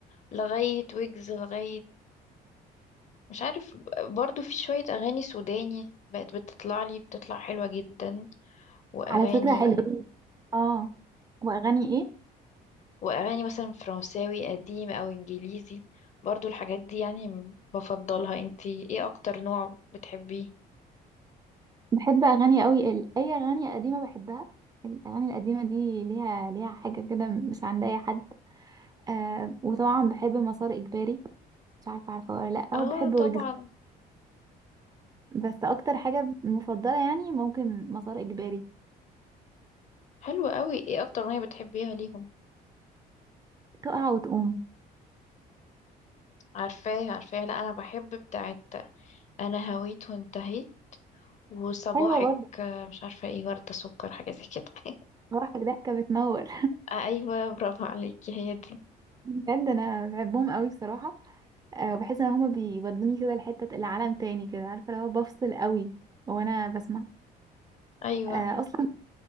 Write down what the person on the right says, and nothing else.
على فكرة حلوة اه واغاني ايه
بحب اغاني قوي ال- اي اغاني قديمة بحبها الاغاني القديمة دي ليها ليها حاجة كده مش عند اي حد آه وطبعا بحب مسار اجباري مش عارفة عارفة ولا لا
وبحب
ويجز بس اكتر حاجة مفضلة يعني ممكن مسار اجباري
تقع وتقوم
حلوة برضه
صراحة ضحكة بتنور
بجد انا بحبهم قوي بصراحة أه بحس ان هما بيودوني كده لحتة العالم تاني كده عارفة لو بفصل قوي وانا بسمع
أه اصلا